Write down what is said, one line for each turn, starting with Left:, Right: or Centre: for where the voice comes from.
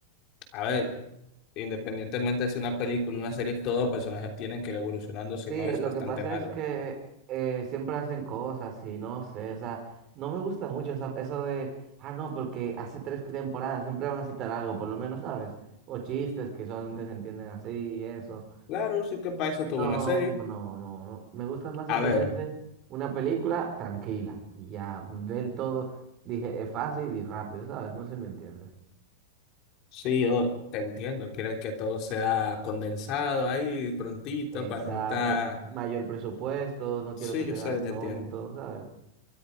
Left: A ver. Independientemente de si una película, una serie, todos personajes tienen que ir evolucionando,
Right: Sí,
Left: si no
Right: eh,
Left: es
Right: lo
Left: bastante
Right: que pasa
Left: malo.
Right: es que eh, siempre hacen cosas y no sé, o sea, no me gusta mucho esa- eso de, ah, no, porque hace tres temporadas siempre van a citar algo, por lo menos, ¿sabes? O chistes que solamente se entienden así y eso.
Left: Claro, sí que para eso
Right: No,
Left: tuvo una serie.
Right: no, no, no, no. Me gusta más simplemente
Left: A ver,
Right: una película tranquila y ya del todo, dije, es fácil y rápido, ¿sabes? No sé si me entiendes.
Left: sí, yo te entiendo, quieres que todo sea condensado ahí prontito
Right: Exacto.
Left: para no estar...
Right: Mayor presupuesto, no
Left: Sí,
Right: quiero que se
Left: yo
Right: vea
Left: sé, te
Right: tonto,
Left: entiendo.
Right: ¿sabes?